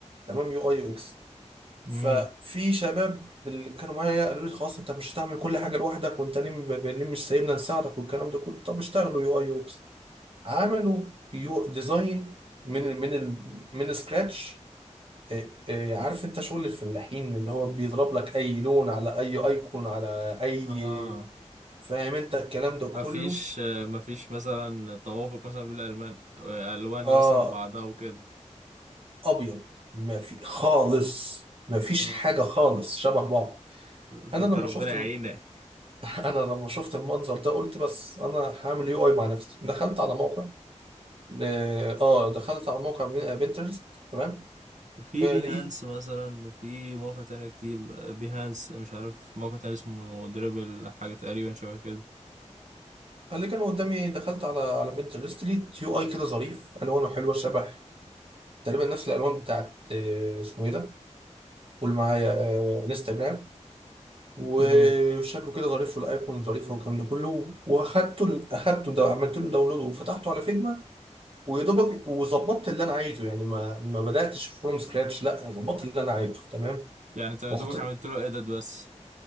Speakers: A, on the right; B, on the right.
A: تمام يو اي يو اكس ففي
B: امم
A: شباب من اللي كانوا معايا قالوا لي خلاص انت مش هتعمل كل حاجه لوحدك وانت ليه ب- ب- ليه مش سايبنا نساعدك والكلام ده كله طب اشتغلوا يو اي يو اكس عملوا يو ديزاين من ال من ال من سكراتش آه، آه، عارف انت شغل الفلاحين اللي هو بيضرب لك اي لون على اي ايكون على اي
B: اه
A: فاهم انت الكلام ده
B: ما
A: كله
B: فيش ما فيش مثلا توافق مثلا بين الالوان الوان
A: اه
B: مثلا وبعضها وكده
A: ابيض ما في خالص ما فيش
B: اه
A: حاجه خالص شبه بعض
B: ده
A: انا
B: انت
A: لما
B: ربنا
A: شفت
B: يعينك
A: <laughs> انا لما شفت المنظر ده قلت بس انا هعمل يو اي مع نفسي دخلت على موقع اه آه، دخلت على موقع بنترست تمام
B: في
A: آه
B: بيهانس
A: لقيت
B: مثلا وفي موقع تاني كتير بيهانس مش عارف موقع تاني اسمه دريبل حاجة تقريبا شبه كده
A: اللي كان قدامي دخلت على على بنترست لقيت يو اي كده ظريف الوانه حلوه شبه تقريبا نفس الالوان بتاعت آه اسمه ايه ده قول معايا آه انستجرام وشكله
B: امم
A: كده ظريف والايقون ظريفه والكلام ده كله واخدته اخدته ده عملت له داونلود وفتحته على فيجما ويا دوبك وظبطت اللي انا عايزه يعني ما ما بداتش فروم سكراتش لا ظبطت اللي انا عايزه تمام
B: يعني انت يا
A: رحت
B: دوبك عملت له ايدit بس